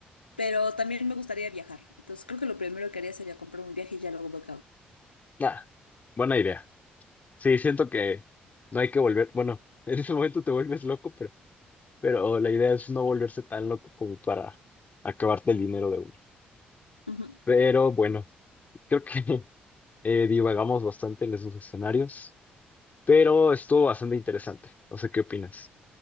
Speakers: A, on the left; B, on the left.
A: pero también me gustaría viajar. Entonces creo que lo primero que haría sería comprar un viaje y ya luego veo
B: Nah, buena idea. Sí, siento que no hay que volver, bueno, <laughs> en ese momento te vuelves loco, pero, pero la idea es no volverse tan loco como para acabarte el dinero de uno.
A: Ujú.
B: Pero bueno, creo que <laughs> eh, divagamos bastante en esos escenarios, pero estuvo bastante interesante. No sé qué opinas.